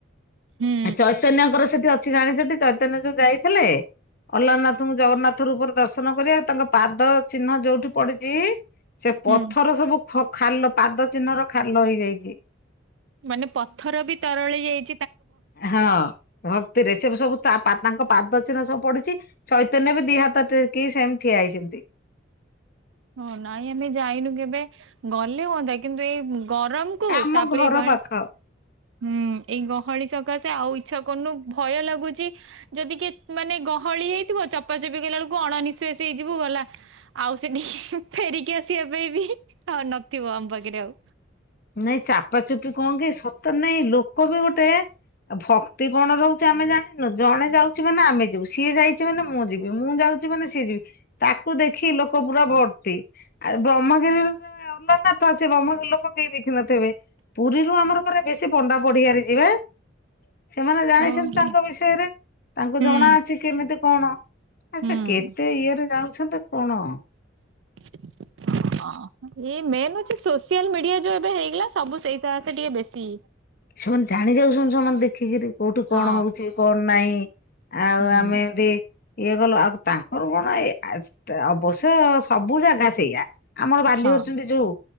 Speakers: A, on the right; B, on the left.
A: ହୁଁ
B: ଆ ଚୈତନ୍ୟଙ୍କର ସେଠି ଅ ସେଠି ଚୈତନ୍ୟ ଯୋଉ ଯାଇଥିଲେ। ଅଲ୍ନାଥଙ୍କୁ ଜଗନ୍ନାଥ ରୂପରେ ଦର୍ଶନ କରିବାକୁ ତାଙ୍କ ପାଦ ଚିହ୍ନ ଯୋଉଠି ପଡିଚି ସେ ପଥର
A: ହୁଁ
B: ସବୁ ଖାଲ ପାଦ ଚିହ୍ନ ର ଖାଲ ହେଇଯାଇଚି।
A: ମାନେ ପଥର ବି ତରଳି ଯାଇ
B: ହଁ ଭକ୍ତିରେ ସେ ସବୁ ତା ପାଦ ପାଦ ଚି଼ହ୍ନ ସବୁ ପଡିଚି, ଚୈତନ୍ୟ ବି ଦି ହାତ ଟେକୀକି ସେମିତି ଠିଆ ହେଇଛନ୍ତି।
A: ହଁ ନାଇଁ ଆମେ ଯାଇନୁ କେବେ ଗଲେ ହୁଅନ୍ତା। କିନ୍ତୁ ଏଇ ଗରମ କୁ
B: ଆମ
A: ତାପରେ
B: ଘର
A: ଗ
B: ପାଖ
A: ହୁଁ ଏଇ ଗହଳି ସକାଶେ ଆଉ ଇଚ୍ଛା କରୁନୁ ଭୟ ଲାଗୁଛି। ଯଦି କିଏ ମାନେ ଗ୍ ହଳି ହେଇଥିବ ଚପା ଚପି କଲା ବେଳକୁ ଅଣନିଶ୍ୱାସୀ ହେଇଯିବ। ଗଲା ଆଉ ସେଠି ଫେରିକି ଆସି ଏବେ ବି ଆଉ ନଥିବ ଆମ ପାଖରେ ଆଉ।
B: ନାଇଁ ଚାପା ଚୁପି କଣ କି ସତ ନାଇଁ ଲୋକ ବି ଗୋଟେ ଆଉ ଭକ୍ତି କଣ ରୋହୁଚି। ଆମେ ଜାଣିନୁ, ଜଣେ ଯାଉଚି ମାନେ ଆମେ ଯିବୁ, ସିଏ ଯାଇଚି ମାନେ ମୁଁ ଯିବି, ମୁଁ ଯାଉ ମାନେ ସିଏ ଯିବ ତାକୁ ଦେଖି ଲୋକ ପୁରା ଭର୍ତ୍ତି ଆ ବ୍ରହ୍ମଗିରି ନା ତା ସେ ଭ୍ରମଗିରି ଲୋକ କେହି ଦେଖିିନଥିବେ ପୁରୀରୁ ଆମର ପୁରା ବେଶୀ ପଣ୍ଡା ପଡିଆରେ ଯିବେ ସେମାନେ ଜାଣିଛନ୍ତି
A: ଓହୋ
B: ତାଙ୍କ ବିଷୟରେ, ତାଙ୍କୁ
A: ହୁଁ।
B: ଜଣାଅଛି କେମିତି କଣ ଆଛା
A: ହୁଁ
B: କେତେ ଇଏରେ ଯାଉଛନ୍ତି କଣ।
A: <inaudible> ହଁ ମ ଏଇ ମେନ୍ ହୋଉଚି ସୋସିଆଲ ମିଡିଆ ଯୋଉ ଏବେ ହେଇଗଲା। ସବୁ ସେଇ ସକାଶେ ଟିକେ ବେଶୀ
B: ସେମାନେ ଜାଣି ଯାଉଛନ୍ତି ଯୋଉମାନେ ଦେଖିକିରି କୋଉଠି କଣ
A: ହଁ
B: ହୋଉଚି କଣ ନାହିଁ। ଆଉ
A: ହୁଁ
B: ଆମେ ଏମତି ଇଏ କଲୁ ଆଉ ତାଙ୍କର କଣ ଇଏ ଆ ଷ୍ଟ୍ରା ଅପ୍ ତ ସବୁ ଜାଗା ସେଇଆ ଆମର ବାଲିହରିଚଣ୍ଡୀ
A: ହଁ
B: ଯୋଉ